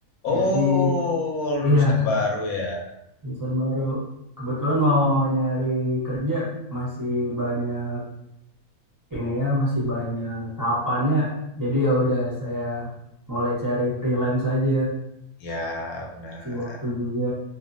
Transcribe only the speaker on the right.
Jadi,
iya,
lulusan baru. Kebetulan mau nyari kerja, masih banyak ini ya, masih banyak tahapannya. Jadi ya udah saya mulai cari freelance aja,
si waktu juga.